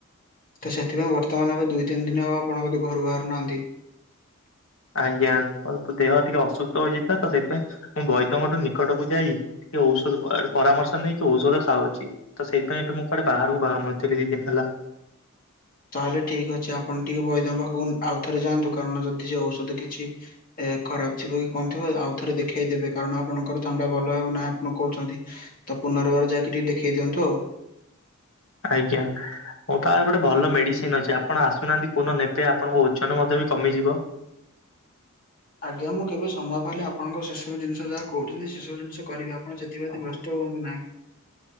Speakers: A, on the left (about 40°); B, on the left (about 65°).
A: ତ ସେଥିପାଇଁ ବର୍ତ୍ତମାନ ଏବେ ଦୁଇ ତିନି ଦିନ ହେବ ଆପଣ ବୋଧେ ଘରୁ ବାହାରୁନାହାନ୍ତି?
B: ଆଜ୍ଞା ମୋର ତ ଦେହ ଟିକେ ଅସୁସ୍ଥ ହୋଇଛି ତ ସେଥିପାଇଁ ମୁଁ ବୈଦଙ୍କଠୁ ନିକଟକୁ ଯାଇ। ଟିକେ ଔଷଧ ପରାମର୍ଶ ନେଇ କି ଔଷଧ ଖାଉଚି। ତ ସେଇଥିପାଇଁ ଏବେ ମୁଁ କୁଆଡେ ବାହାରକୁ ବାହାରୁନଥିଲି ଦି ଦିନ ହେଲା।
A: ତାହେଲେ ଠିକ୍‌ଅଛି ଆପଣ ଟିକେ ବଇଦ ପାଖକୁ ଆଉଥରେ ଯାଆନ୍ତୁ କାରଣ ଯଦି ସେ ଔଷଧ କିଛି। ଏ ଖରାପ ଥିବ କି କଣ ଥିବ ଆଉ ଥରେ ଦେଖେଇ ଦେବେ କାରଣ ଆପଣଙ୍କର ଥଣ୍ଡା ଭଲ ହେଉ ନାହିଁ ଆପଣ କହୁଛନ୍ତି। ତ ପୁନର୍ବାର ଯାଇକି ଟିକେ ଦେଖେଇ ଦିଅନ୍ତୁ ଆଉ।
B: ଆଜ୍ଞା। ମୋ ପାଖରେ ଗୋଟେ ଭଲ ମେଡିସିନ୍ ଅଛି ଆପଣ ଆସୁନାହାନ୍ତି କୋଉଦିନ ନେବେ ଆପଣଙ୍କ ଓଜନ ମଧ୍ୟ ବି କମିଯିବ।
A: ଆଜ୍ଞା ମୁଁ କେବେ ସମୟ ପାଇଲେ ଆପଣଙ୍କ ସେସବୁ ଜିନିଷ ଯାହା କହୁଛନ୍ତି ସେସବୁ ଜିନିଷ କରିବି ଆ। ଆପଣ ସେଥିପ୍ରତି ବ୍ୟସ୍ତ ହଅନ୍ତୁ ନାହିଁ।